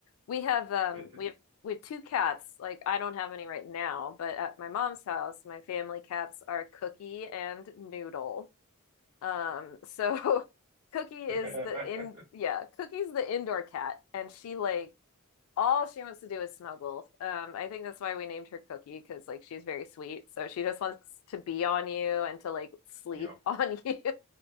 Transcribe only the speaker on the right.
<laughs>
<laughs>
yep.